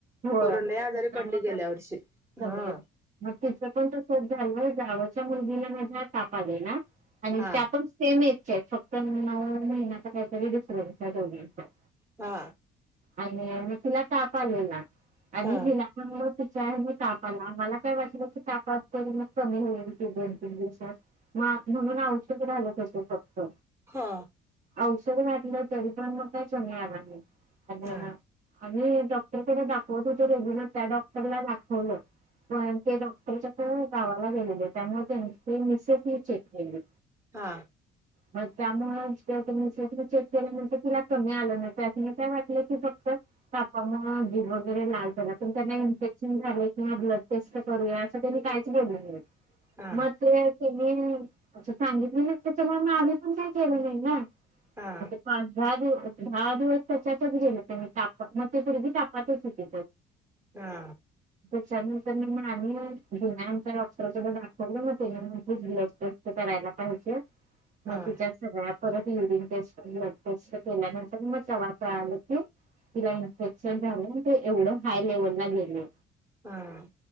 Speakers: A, on the right; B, on the right.
A: हो
B: पोरं लय आजारी
A: त्यामुळे
B: पडली गेल्या वर्षी
A: समिर
B: हा
A: मग तिचं पण तसच झालं जावंच मुलगीला माझ्या ताप आलेला आणित्या
B: हा
A: पण सेम वयाच्या फक्त नऊ महिन्याचा काहीतरी फरक आहे दोघीनच्या त
B: हा
A: आणि म तिला ताप आलेला आणि
B: हा
A: हिला पण मग त्या मुळे तापला आहे, मला काय वाटलं की ताप मग कमी होईल की दोन तीन दिवसात म्हणून औषध देतं होते फक्त
B: हा
A: औषध दिले तरी पण मग काय फरक पडला नाही आणि
B: हा
A: आम्ही डॉक्टरांन कडे दाखवत होतो रेग्युलर त्या डॉक्टरला दाखवलं पण ते डॉक्टरच गावाला गेलेले त्यामुळे त्यांची मिसेस त्यांनी चेक केले
B: हा
A: मग त्यामुळे चेक केल्यानंतर तिला कमी आलं नाही असं मी काय वाटलं की फक्त तापा मुळे व लाल झाला त त्यांना इन्फेक्शन झाले किंवा ब्लड टेस्ट करूया असं त्यांनी काहीच केले नाही
B: हा
A: मग ते मी असं सांगितलं ना त्याच्यामुळे मग आम्ही पण काय केलं नाही ना
B: हा
A: पाच दहा दिवसात दहा दिवस त्याच्यातच गेले, त्या तापात मग ती मुलगी तापातच होती
B: हा
A: त्यानंतर मग आम्ही जुन्या आमच्या डॉक्टरकडे दाखवलं मग ब्लड टेस्ट करायलासांगितल्या
B: हा
A: त्यांनी पाहिजेत परत युरिन टेस्ट, ब्लड टेस्ट, केल्यानंतर मग तेव्हा समजले की तिला संसर्ग झाला आहे ते एवढं हाय लेवलला गेले
B: हा